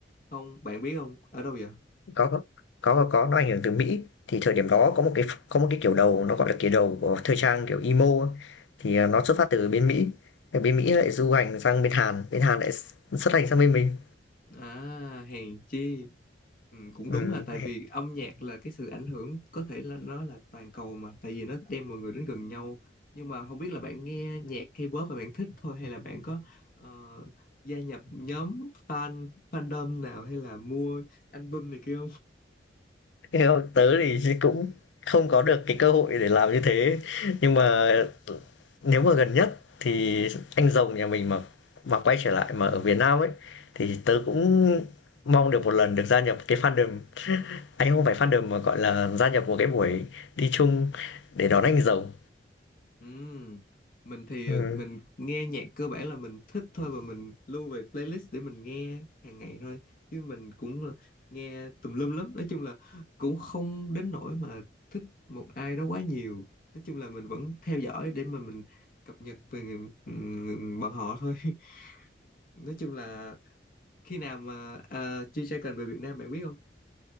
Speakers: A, on the left; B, on the left.
A: không bạn biết không ở đâu vậy
B: Có, có. Có, có, nó ảnh hưởng từ Mỹ. Thì thời điểm đó có một cái có một cái kiểu đầu nó, gọi là, kiểu đầu của thời trang kiểu emo á, thì, à, nó xuất phát từ bên Mỹ, thì bên Mỹ lại du hành sang bên Hàn, bên Hàn lại xuất hành sang bên mình.
A: À, hèn chi. Ừ, cũng
B: Ừm,
A: đúng là tại vì âm nhạc là cái sự ảnh hưởng có thể là nó là toàn cầu mà tại vì nó đem mọi người đến gần nhau nhưng mà không biết là bạn nghe nhạc K-pop và bạn thích thôi hay là bạn có ờ, gia nhập nhóm fan fandom nào hay là mua album này kia
B: thế còn tớ thì cũng không có được cái cơ hội để làm như thế, nhưng mà nếu mà gần nhất thì anh rồng nhà mình mà mà quay trở lại mà ở Việt Nam ấy, thì tớ cũng mong được một lần được gia nhập cái fandom. anh không phải fandom mà gọi là gia nhập một cái buổi đi chung để đón anh giàu
A: Ừm, Mình thì
B: ừ.
A: ờ, mình nghe nhạc cơ bản là mình thích thôi và mình lưu về playlist để mình nghe hàng ngày thôi chứ mình cũng là nghe tùm lum lắm nói chung là cũng không đến nỗi mà thích một ai đó quá nhiều nói chung là mình vẫn theo dõi để mà mình cập nhật về người, ừm, bọn họ thôi <laughs> nói chung là khi nào mà uh, G-Dragon về Việt Nam bạn biết không?